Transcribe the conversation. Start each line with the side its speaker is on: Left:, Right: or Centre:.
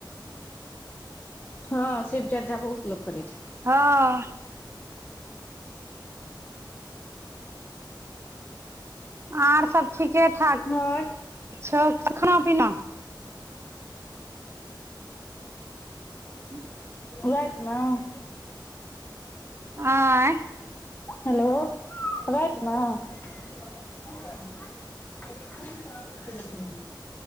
Left: हँ, शिवचर्चा बहुत लोक करै छै।
Right: हँ। आर सब ठीके-ठाक
Left: हँ
Right: छौ, खाना-पीना। <inaudible>
Left: राइत में।
Right: आँय
Left: हेलो, राइत में। <unintelligible> <unintelligible>